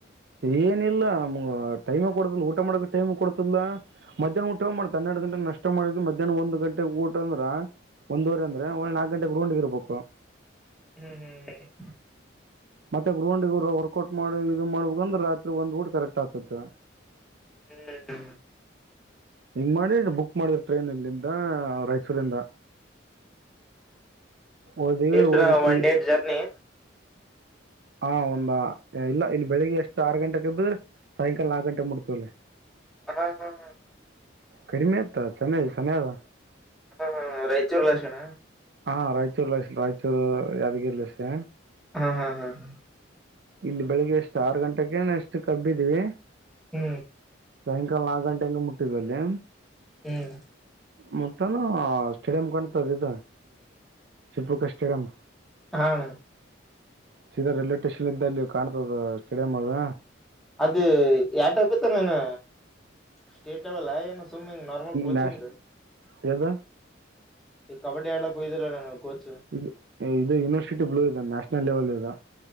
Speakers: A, on the right; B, in the centre.
A: ಏನಿಲ್ಲ ನಮ್ಗ ಟೈಮ್ ಕೊಡತಲ್ ಊಟ ಮಾಡಕ ಟೈಮ್ ಕೊಡ್ತಿಲ್ಲ ಮಧ್ಯಾಹ್ನ ಊಟ ಮಾಡಿದು ಹನ್ನೆರಡು ಗಂಟೆಗೆ ನಷ್ಟ ಮಾಡಿದ ಮಧ್ಯಾಹ್ ಒಂದು ಗಂಟೆಗೆ ಊಟ ಅಂದ್ರ ಒಂದುವರೆ ಅಂದ್ರೆ ನಾಲ್ಕು ಗಂಟೆಗೆ ಗ್ರೌಂಡ್ ಇರಬೇಕು
B: ಹ್ಮ್ ಹ್ಮ್ ಹ್ಮ್
A: ಮತ್ತೆ ಗ್ರೌಂಡ ವರ್ಕೌಟ್ ಮಾಡಿ ಇದು ಮಾಡಬೇಕ ಅಂದ್ರ ರಾತ್ರಿ ಒಂದ್ ಊಟ್ ಕರೆಕ್ಟ್ ಆತತೆ
B: ಹ್ಮ್
A: ಹಿಂಗ್ ಮಾಡಿ ಬುಕ್ ಮಾಡಿದ್ರ ಟ್ರೈನ್ ಇಲ್ಲಿಂದ ರಾಯಚೂರಿಂದ ಓದಿ
B: ಎಷ್ಟ ದಿನ
A: ಓದಿಸಿ
B: ಒನ್ ಡೇ ಜರ್ನಿ
A: ಹಾ ಒಂದ ಇಲ್ಲ ಇಲ್ಲಿ ಬೆಳಿಗ್ಗೆ ಎಷ್ಟು ಆರು ಗಂಟೆಗೆ ಎಬ್ಬೆ ಸಾಯಕಾಲ ನಾಲ್ಕು ಗಂಟೆ ಮುಟ್ಟುತ್ತೆಅಲ್ಲಿ
B: ಹಾ ಹಾ ಹಾ
A: ಕಡಿಮೆ ಆತ್ತ ಚೆನ್ನಗಿ ಸಮಯ ಆದ
B: ಹಾ ಹಾ ರಾಯಚೂರ್ ಲಕ್ಷಣ
A: ಹಾ ರಾಯಚೂರ್ ರಾಯಚೂರು ಯಾದಗಿರಿ ಲಕ್ಷಣ
B: ಹಾ ಹಾ ಹಾ ಹಾ
A: ಇಲ್ಲಿ ಬೆಳಿಗ್ಗೆ ಎಷ್ಟು ಆರು ಗಂಟೆಕೆನೋ ಎಷ್ಟು ಆಬ್ಬಿದೀವಿ
B: ಹ್ಮ್
A: ಸಾಯಂಕಾಲ ನಾಲ್ಕು ಗಂಟೆಗೆ ಮುಟ್ಟಿದವಲ್ಲಿ
B: ಹ್ಮ್
A: ಮತ್ತಾನ ಸ್ಟೇಡಿಯಂ ಕಾಣ್ತದ ಇದು ಟಿಪ್ಪುಕ್ಕ ಸ್ಟೇಡಿಯಂ
B: ಹಾ ಅಣ್ಣ
A: ಸೀದಾ ರೈಲ್ವೆ ಸ್ಟೇಷನ್ ಇದಲ್ಲಿ ಕಾಣ್ತದ ಸ್ಟೇಡಿಯಂ ಅದ
B: ಅದು <unintelligible> ಏನು ಸ್ಟೇಟ್ ಲೇವಲ ಏನು ಸುಮ್ನೆ ಹಿಂಗ್ ನಾರ್ಮಲ್ ಕೋಚಿಂಗ್
A: ನ್ಯಾಷನಲ್ ಯಾದ
B: ಈ ಕಬಡ್ಡಿ ಆಡಕೆ ಹೋಗಿದ್ದರೇನು ಕೋಚ್
A: ಇ ಇದು ಯೂನಿವರ್ಸಿಟಿ ಬ್ಲೂ ಇದೆ ನ್ಯಾಷನಲ್ ಲೆವೆಲ್ ಇದು